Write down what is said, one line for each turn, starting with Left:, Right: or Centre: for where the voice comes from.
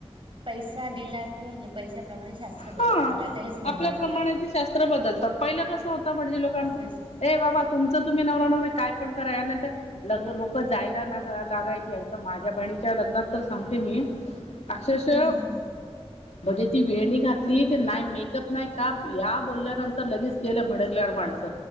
Right: पैसा दिला की म्हणजे पैशाप्रमाणे शास्त्र
Left: हा
Right: बदलते मी आता हेच म्हणणार
Left: आपल्याप्रमाणे
Right: होते
Left: ती शास्त्र बदलतात पहिलं कसं होतं भटजी लोकांचं
Right: ऑब्विसली
Left: ये बाबा तुमचं तुम्ही नवरा नवरी काय पण करा यानंतर लग्न लोक जायला लागायचे माझ्या बहिणीच्या लग्नात तर सांगते मी अक्षरशः
Right: हम्म हम्म
Left: म्हणजे ती वेणी घातली ते नाही मेकअप नाही का या बोलल्यानंतर लगेच गेलं भडकल्यावर माणस